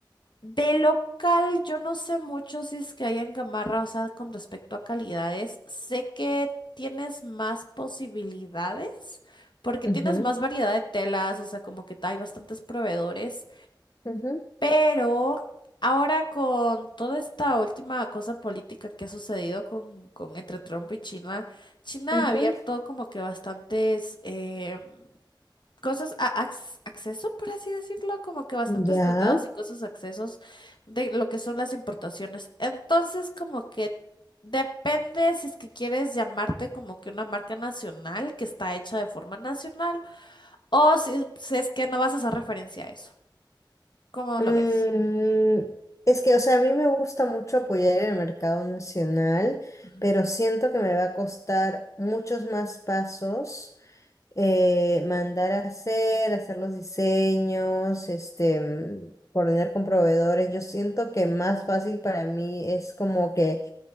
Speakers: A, on the left (about 65°); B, on the left (about 40°).
A: De local, yo no sé mucho si es que hay en Gamarra, o sea, con respecto a calidades. Sé que tienes más posibilidades porque
B: ujú,
A: tienes más variedad de telas, o sea, como que hay bastantes proveedores.
B: ujú,
A: Pero ahora con toda esta última cosa política que ha sucedido con, con entre Trump y China, China
B: ujú.
A: ha abierto como que bastantes em, cosas, a- ac- acceso, por así decirlo, como que bastantes
B: Ya.
A: tratados y cosas accesos de lo que son las importaciones. Entonces, como que depende si es que quieres llamarte como que una marca nacional que está hecha de forma nacional o si, si es que no vas a hacer referencia a eso. ¿Cómo
B: Mm,
A: lo ves?
B: es que, o sea, a mí me gusta mucho apoyar el mercado nacional,
A: Ujú.
B: pero siento que me va a costar muchos más pasos, eh, mandar a hacer, hacer los diseños, este, mm, coordinar con proveedores. Yo siento que más fácil para mí es como que